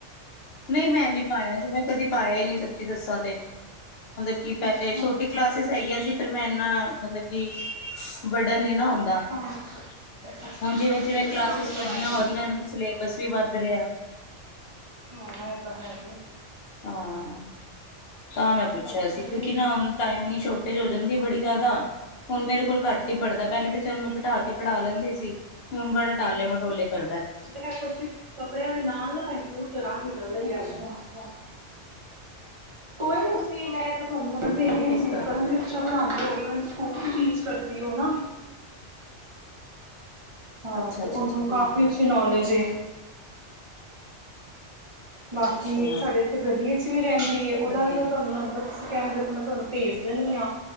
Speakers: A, on the left; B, on the right.
A: ਨਹੀਂ ਮੈਂ ਨੀ ਪਾਇਆ ਸੀ ਮੈਂ ਕਦੀ ਪਾਇਆ ਹੀ ਨਹੀਂ ਸੱਚੀ ਦੱਸਾਂ ਤੇ। ਮਤਲਬ ਕਿ ਪਹਿਲੇ
B: ਅੱਛਾ।
A: ਛੋਟੀ ਕਲਾਸਿਸ ਹੈਗੀਆਂ ਸੀ। ਫਿਰ ਮੈਂ ਇੰਨਾ ਮਤਲਬ ਕਿ ਬਰਡਨ ਨੀ ਨਾ ਹੁੰਦਾ।
B: ਹਾਂ
A: ਤਾਂ
B: ਅੱਛਾ
A: ਹੁਣ
B: ਅੱਛਾ,
A: ਜਿਵੇਂ
B: ਤੁਸੀਂ
A: ਜਿਵੇਂ ਕਲਾਸਿਸ
B: ਆਪ ਹੀ
A: ਵੱਡੀਆਂ
B: ਪੜ੍ਹਾਂਦੇ
A: ਹੋ ਰਹੀਆਂ ਨੇ।
B: ਸੀ।
A: ਸਿਲੇਬਸ ਵੀ ਵੱਧ ਰਿਹਾ।
B: ਹ ਇਹ ਤਾਂ ਹੈ ਵੇ
A: ਹਾਂ ਤਾਂ ਮੈਂ ਪੁੱਛਿਆ
B: ਅੱਛਾ
A: ਸੀ ਕਿਉਂਕਿ
B: ਤੇ
A: ਨਾ ਟਾਈਮ ਹੀ ਛੋਟੇਜ ਹੋ ਜਾਂਦੀ ਬੜੀ ਜ਼ਿਆਦਾ ਹੁਣ ਮੇਰੇ ਕੋਲ ਘੱਟ ਹੀ ਪੜ੍ਹਦੇ ਪਹਿਲੇ ਤਾਂ ਚਲ ਮੈ ਬਿਠਾ ਕੇ ਪੜ੍ਹਾ ਲੈਂਦੇ ਸੀ ਹੁਣ ਬੜਾ ਟਾਲੇ ਮਟੋਲੇ ਕਰਦਾ।
B: ਖ ਕੁਛ ਕੱਪੜਿਆਂ ਦੇ ਨਾਲ ਨਾ ਪਾਈ ਸੂਟ 'ਚ ਰੰਗ ਨਿਕਲਦਾ ਐਸਤਾ- ਐਸਤਾ
A: <inaudible>
B: ਕੋਈ ਤੁਸੀ ਮੈਂ ਤੁਹਾਨੂੰ ਨੰਬਰ ਭੇਜ
A: ਇਸ ਕਰਕੇ
B: ਦੀ ਕਰਨ ਵੀ ਅੱਛਾ ਪੜਾਂਦੇ ਹੋ ਈਵਨ ਸਕੂਲ ਵੀ ਟੀਚ ਕਰਦੇ ਹੋ ਨਾ। ਹਾਂ
A: ਅੱਛਾ
B: ਤੇ
A: ਅੱਛਾ
B: ਉਹਨੂੰ
A: ਅੱਛਾ ਠੀਕ
B: ਕਾਫੀ
A: ਹੈ
B: ਅੱਛੀ ਨੌਲੇਜ ਏ। ਬਾਕੀ
A: ਅੱਛਾ
B: ਇੱਕ ਸਾਡੇ ਇੱਥੇ ਗੱਡੀ 'ਚ ਵੀ ਰਹਿੰਦੀ ਏ ਉਹਦਾ
A: ਵਧੀਆ
B: ਵੀ ਮੈਂ
A: ਜੀ।
B: ਤੁਹਾਨੂੰ ਨੰਬਰ ਜੇ ਕਹਿੰਦੇ ਤੇ ਮੈਂ ਤੁਹਾਨੂੰ ਭੇਜ ਦਿੰਦੀ ਹਾਂ।